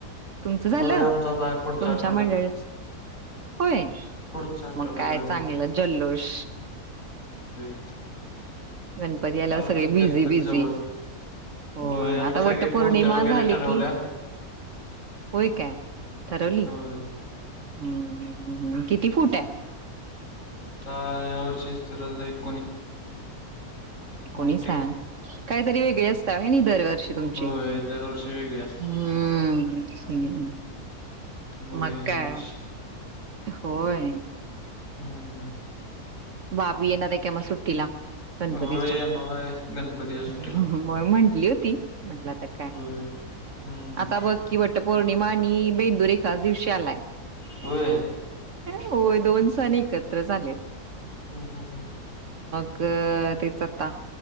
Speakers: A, on the right (about 55°); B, on the left (about 55°).
A: तुमचं झालं.
B: होय आमचा आता आहे पुढच्या
A: तुमच्या
B: आठवड्यात
A: मंडळी होय
B: पुढच्या आठवड्यात
A: मग काय
B: होय
A: चांगलं जल्लोष.
B: <unintelligible>
A: गणपती आल्यावर
B: आला
A: सगळे
B: की
A: बिझी
B: गणपती
A: बिझी,
B: जवळ
A: हो
B: होय
A: आता वट
B: सगळे
A: पौर्णिमा
B: मूर्त्या वगैरे
A: झाली
B: ठरवल्या
A: कि, होय काय ठरवली
B: होय
A: हम्म किती फूट आहे.
B: ता या वर्ष इस्तर एक
A: कोणी
B: मोठे
A: स आहे. काहीतरी वेगळे असतातय नि दर तुमची
B: होय दरवर्षी वेगळे असते
A: हम् हम् हम्
B: बघूया
A: मका
B: ह्या वर्षी
A: होय
B: हम्म
A: बाबी येणारेका मग सु्टिला? गणपतीच्या
B: होय येणार आहे गणपतीच्या सुट्टीला
A: म्हटली होती. म्हटला तर काय?
B: होय हम्म
A: ता बघ की बटपौर निमा आणि बेंदूरी एकाच दिवशी आलाय.
B: होय
A: होय दोन सण एकच त झाले.
B: हम हम हम्
A: अ ते ता